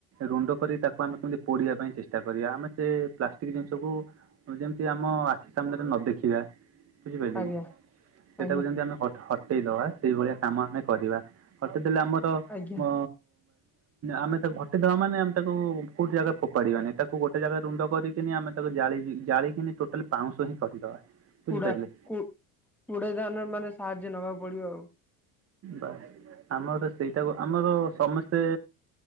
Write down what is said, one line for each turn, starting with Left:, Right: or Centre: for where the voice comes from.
Right: ରୁଣ୍ଡ କରି ତାକୁ ଆମେ କେମିତି ପୋଡିବା ପାଇଁ ଚେଷ୍ଟା କରିବା। ଆମେ ସେ ପ୍ଲାଷ୍ଟିକ ଜିନିଷକୁ ଯେମିତି ଆମ ଆଖି ସାମ୍ନାରେ ନ ଦେଖିବା ବୁଝିପାରିଲେ
Centre: ଆଜ୍ଞା
Right: କି? ସେଟାକୁ
Centre: ଆଜ୍ଞା
Right: ଯେମିତି ଆମେ ହଟେଇଦବା ସେଇଭଳିଆ କାମ ଆମେ କରିବା ହଟେଇଦେଲେ ଆମର
Centre: ଆଜ୍ଞା
Right: ହଁ ଆମେ ତାକୁ ଘଟିଦବା ମାନେ ଆମେ ତାକୁ କୋଉଠି ଜାଗା ଫୋପାଡିବା ନାଇ। ତାକୁ ଗୋଟେ ଜାଗା ରୁଣ୍ଡ କରିକିନି ଆମେ ତାକୁ ଜା ଜାଳିକିନି ଟୋଟାଲି ପାଉଁଶ ହିଁ କରିଦବା।
Centre: କୁଡା
Right: ବୁଝିପାରିଲେ
Centre: କୁ କୁଡେଇ ଧାନ ମାନେ ସାହାଯ୍ୟ ନବାକୁ ପଡିବ।
Right: ବାସ ଆମର ସେଇଟାକୁ ଆମର ସମସ୍ତେ